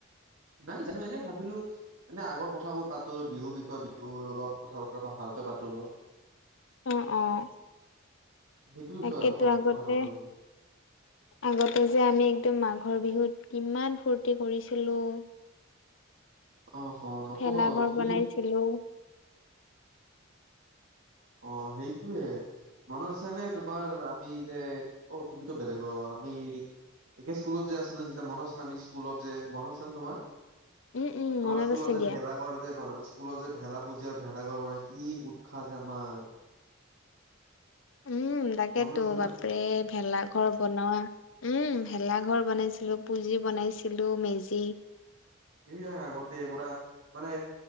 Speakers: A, on the right; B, on the left.
A: নাই জানো এনে ভাবিলো এনেই আগৰ কথাবোৰ পাতো বিহুৰ বিষয়ে বিহুৰ অলপ কথা বতৰা ভালকৈ পাতো অলপ।
B: অহ অ।
A: সেইটো বিষয়ে
B: তাকেইতো
A: আৰু অকণ
B: আগতে,
A: কথা পাতো ভাবিলো
B: আগতে যে আমি একদম মাঘৰ বিহুত ইমান ফূৰ্তি কৰিছিলোঁ।
A: অ অ নকবা
B: ভেলাঘৰ
A: অ কি
B: বনাইছিলো
A: অ সেইটোয়ে মন শুনিচানে তোমাৰ আমি যে অ তুমিতো বেলেগৰ আমি একে স্কুলত যে আছিলো যেতিয়া মনত আছে নাই আমি স্কুলত যে মনত আছে নে তোমাৰ?
B: উম উম
A: আমাৰ
B: মনত
A: স্কুলত
B: আছে
A: যে
B: দিয়া
A: ভেলাঘৰ যে বনাইছ স্কুলত যে ভেলা পুঁজি আৰু ভেলাঘৰ মানে কি উৎসাহ যে আমাৰ।
B: উম। উম তাকেতো
A: মনত আছে নে
B: বাপৰে ভেলা ঘৰ বনোৱা উম ভেলা ঘৰ বনাইছিলো পুজি বনাইছিলোঁ মেজি।
A: সয়া আগতে পুৰা মানে।